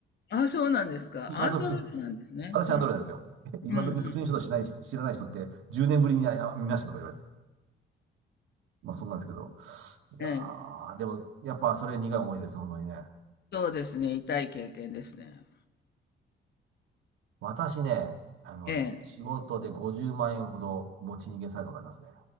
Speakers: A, on the left (about 55°); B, on the right (about 80°).
A: あ。あ、そうなんですか。
B: 今時、
A: アンドロイドなんですね。
B: 私アンドロイドなんですよ。
A: は
B: <laughs> 今時スクリーンショットしない、
A: うんうんう
B: 知らない人って10年ぶりにあ見ましたとか言われて。まあそんなんですけど。いやー、
A: ん。ええ。
B: でもやっぱそれ苦い思い出です、本当にね。
A: そうですね、痛い経験ですね。
B: 私ね、あのね、
A: ええ。
B: 仕事で50万円ほど持ち逃げサイトがありますね。